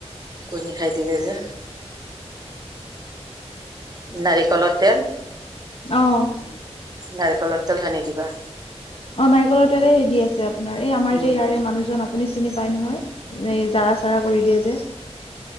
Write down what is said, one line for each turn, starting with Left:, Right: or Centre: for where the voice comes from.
Right: কণী খাই দিলে যে। নাৰিকলৰ তেল
Left: অ'।
Right: নাৰিকলৰ তেল সানি দিবা।
Left: অ', নাৰিকলৰ তেলে হেৰি আছে আপোনাৰ এই আমাৰ
Right: উম
Left: যে ইয়াৰে মানুহজন আপুনি চিনি পায় নহয় এই জাৰা চাৰা কৰি দিয়ে যে।